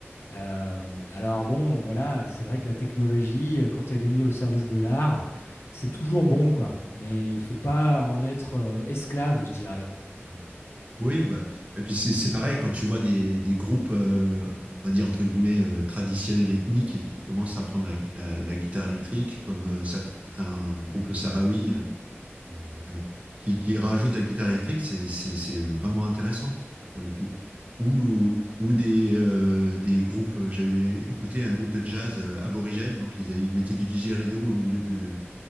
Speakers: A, on the left; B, on the right.
A: Euh, alors bon, voilà, c'est vrai que la technologie, euh, quand elle est mise au service de l'art, c'est toujours bon, quoi. Mais il faut pas en être euh, esclave, je dirais. hein.
B: Oui, bah, et puis c'est c'est pareil quand tu vois des, des groupes, euh, on va dire entre guillemets, euh, traditionnels ethniques et qui commencent à prendre la, la- la guitare électrique, comme euh, certains groupes sahraouis euh,
A: Mm.
B: euh, qui, qui rajoutent de la guitare électrique, c'est c'est- c'est vraiment intéressant pour le coup. Ou, ou des, euh, des groupes, euh, j'avais écouté un groupe de jazz euh, aborigène, donc ils, avaient- ils mettaient du didgeridoo au milieu du,